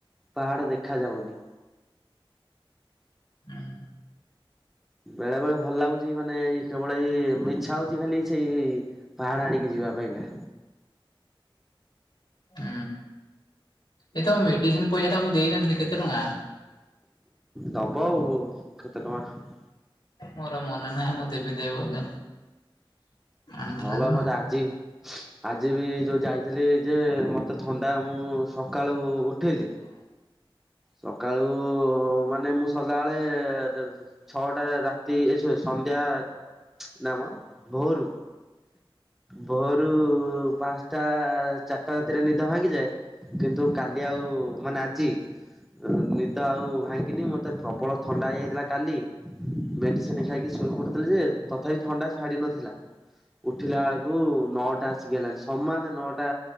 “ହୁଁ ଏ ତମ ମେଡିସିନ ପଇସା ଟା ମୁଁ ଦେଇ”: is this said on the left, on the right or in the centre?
Left